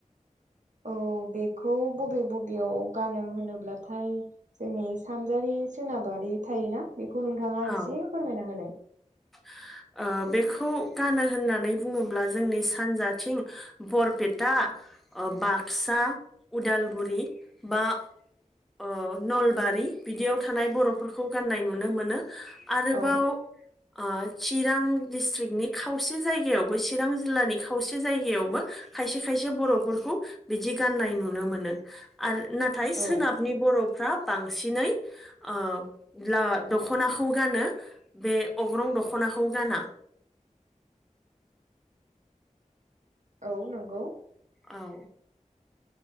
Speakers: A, on the right; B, in the centre.
A: औ बेखौ। बबे बबेयाव गानो होनोब्लाथाय जोंनि सानजारि सोनाबारि थायोना। बेखौ नोंथांङा
B: औ
A: एसे फोरमायना होलाय।
B: <inaudible> बेखौ गानो होननानै बुङोब्ला जोंनि सानजाथिं बरपेटा। ओ बाक्सा उदालगुरि बा ओ नलबारि बिदियाव थानाय बरफोरखौ गान्नाय नुनो मोनो आरोबाव
A: औ
B: ओ चिरां डिस्ट्रिगनि खावसे जायगायावबो चिरां जिल्लानि खावसे जायगायावबो खायसे खायसे बरफोरखौ बिदि गाननाय नुनो मोनो आरो नाथाय
A: औ
B: सोनाबनि बर'फ्रा बांसिनै ओ ब्ला दख'नाखौ गानो बे अग्रं दख'नाखौ गाना
A: औ नंगौ
B: औ